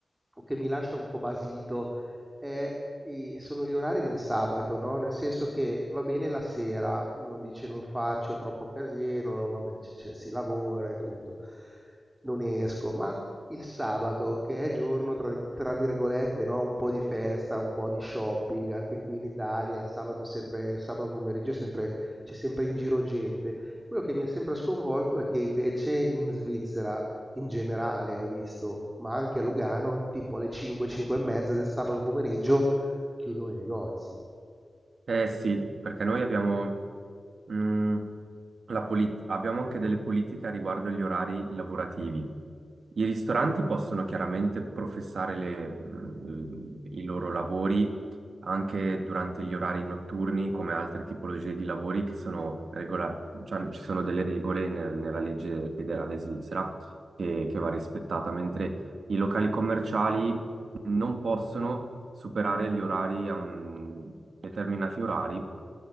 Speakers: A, on the right (about 15°); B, on the right (about 80°).
A: o che mi lascia un po' basito, è i- sono gli orari del sabato, no? Nel senso che va bene la sera, uno dice non faccio troppo casino, vabbè, c- c- si lavora e tutto, non esco, ma il sabato, che è giorno tra, tra virgolette, no? un po' di festa, un po' di shopping, anche qui in Italia, il sabato, è sempre, il sabato pomeriggio è sempre- c'è sempre in giro gente. Quello che mi ha sempre sconvolto è che invece in Svizzera, in generale ho visto, ma anche a Lugano, tipo alle 5, 5 e mezza del sabato pomeriggio chiudono i negozi.
B: Eh sì, perché noi abbiamo, mm, la polit- abbiamo anche delle politiche riguardo agli orari lavorativi. I ristoranti possono chiaramente professare le- mm, i loro lavori anche durante gli orari notturni, come altre tipologie di lavori che sono regola- cioè, ci sono delle regole ne- nella legge federale svizzera che, che va rispettata, mentre i locali commerciali non possono superare gli orari a un- determinati orari,